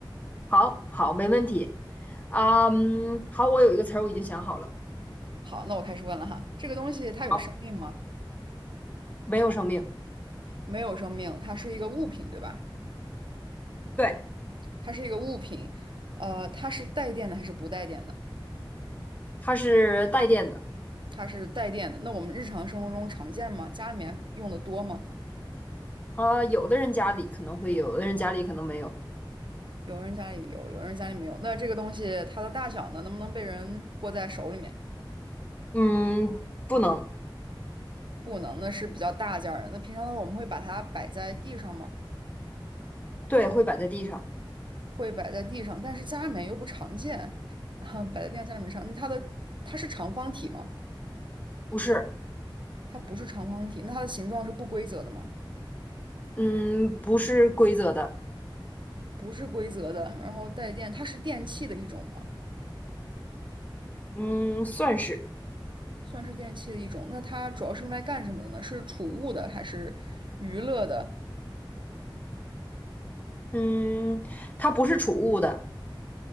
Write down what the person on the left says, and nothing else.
好，好，没问题。啊嗯，好，我有一个词儿我已经想好了。
好，没有生命。
对，
它是带电的。
啊、有的人家里可能会有，有的人家里可能没有。
嗯，不能。
对，会摆在地上。
不是，
嗯，不是规则的。
嗯，算是。
嗯，它不是储物的。